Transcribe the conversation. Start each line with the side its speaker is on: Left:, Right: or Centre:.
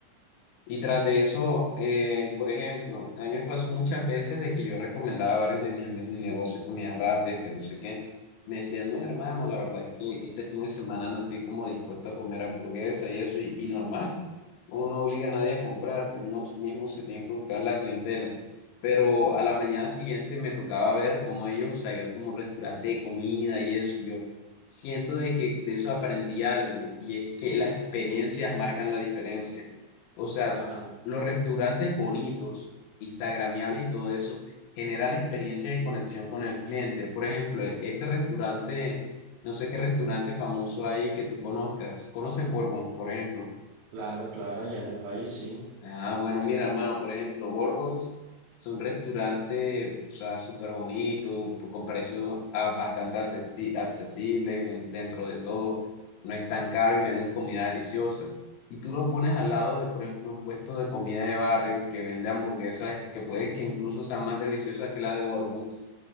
Left: Y tras de eso, eh, por ejemplo, a mí me pasó muchas veces de que yo recomendaba a varios de mis amigos mi negocio, comidas rápidas, que no sé qué. Me decían, no, hermano, la verdad es que este fin de semana no estoy como dispuesto a comer hamburguesa y eso, y, y normal. Uno no obliga a nadie a comprar, uno sí mismo se tiene que buscar la clientela. Pero a la mañana siguiente me tocaba ver cómo ellos, o sea, iban como un restaurante de comida y eso, y yo siento de que de eso aprendí algo, y es que las experiencias marcan la diferencia. O sea,
Right: ajá,
Left: los restaurantes bonitos, instagramiables y todo eso, generan experiencias de conexión con el cliente. Por ejemplo, e- este restaurante, no sé qué restaurante famoso hay que tú conozcas. ¿Conoces Bourbon, por ejemplo?
Right: claro, claro, allá en el valle sí.
Left: Ah, bueno, mira, hermano, por ejemplo, Borgons es un restaurante, o sea, súper bonito, p- con precios ah, bastante accesi- accesibles en- dentro de todo. No es tan caro y venden comida deliciosa. Y tú lo pones al lado de, por ejemplo, un puesto de comida de barrio que vende hamburguesas que puede que incluso sean más deliciosas que la de Borgons.